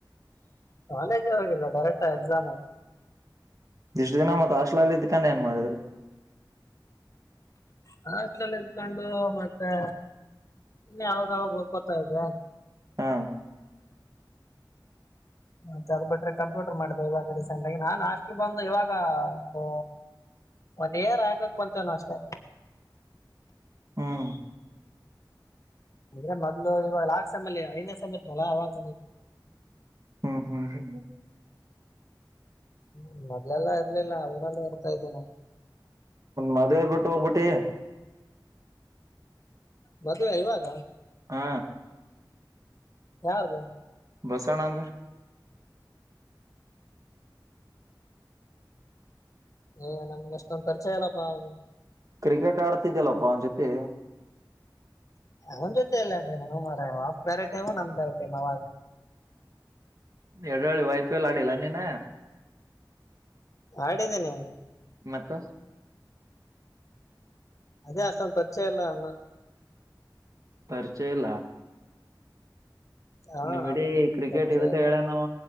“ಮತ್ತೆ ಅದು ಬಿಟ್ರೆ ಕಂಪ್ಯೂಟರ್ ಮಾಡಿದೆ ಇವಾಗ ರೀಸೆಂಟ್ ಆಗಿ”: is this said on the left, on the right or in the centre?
Left